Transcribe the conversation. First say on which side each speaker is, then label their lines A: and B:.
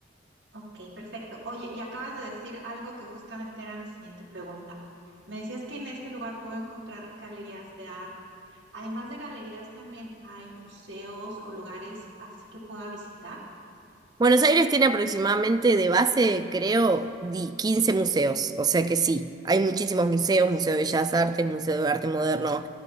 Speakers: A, on the right (about 70°); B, on the right (about 20°).
A: Ok, perfecto. Oye, y acabas de decir algo que justamente era mi siguiente pregunta. Me decías que en este lugar puedo encontrar galerías de arte. Además de galerías, también hay museos o lugares así que pueda visitar.
B: Buenos Aires tiene aproximadamente de base, creo, di- 15 museos, o sea que sí, hay muchísimos museos, Museo de Bellas Artes, Museo de Arte Moderno,